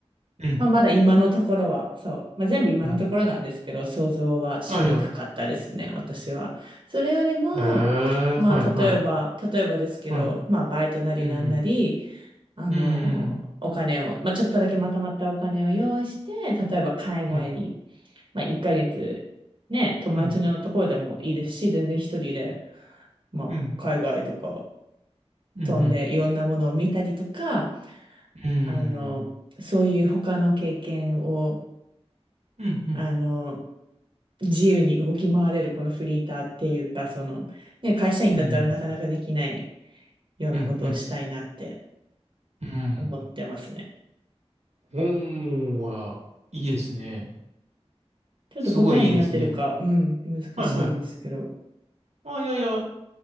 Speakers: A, on the right (about 90°); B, on the right (about 50°).
A: うん。
B: まあ、まだ今のところは、そう。まあ、全部今のところなんですけど、
A: うん。
B: 想像はしにくかったですね、
A: あ、いや。
B: 私は。それよりも、
A: へえ、
B: まあ、
A: はいはい。
B: 例えば、例えばですけど、
A: は
B: まあ、バイトなりなんなり、
A: い。うん。
B: あのーお金を、
A: うーん。
B: まあ、ちょっとだけまとまったお金を用意して、例えば海外に、
A: はい。
B: まあ、1ヶ月、ね、友達のところでもいいですし、
A: うん。
B: 全然一人で、まあ、
A: うん。
B: 海外とか
A: うん。
B: 飛んでいろんなものを見たりとか、
A: うん。うん。
B: あの、そういう他の経験を
A: うん。うん。
B: あの、自由に動き回れるこのフリーターっていうか、その、ね、会社員だったらなかなかできない
A: うん。
B: ようなことをしたいなって
A: うん。うん。うん
B: 思ってますね。
A: おーや、いいですね。
B: ちょっと答えになってるか、
A: すごいいいですね。
B: うん、難しいですけど。
A: はいはい。あ、いやいや、